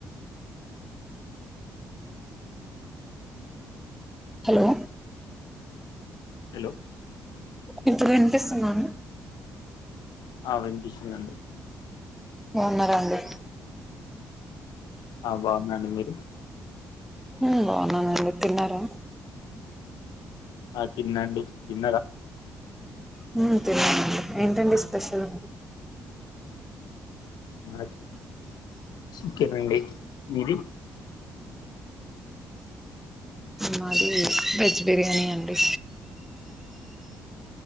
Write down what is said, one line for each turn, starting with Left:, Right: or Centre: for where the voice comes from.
Centre: హలో
Left: హలో
Centre: ఇప్పుడ్ వినిపిస్తుందా అండి?
Left: అ వినిపిస్తుందండి.
Centre: బవున్నారా అండి?
Left: అ బావున్నాను మీరు?
Centre: హ్మ్ బావున్నానండి తిన్నారా?
Left: అ తిన్నండి తిన్నరా?
Centre: హ్మ్ తిన్ననండి ఏంటండి స్పెషల్?
Left: మాద్ చికెన్ అండి మీది?
Centre: మాది వెజ్ బిర్యానీ అండి.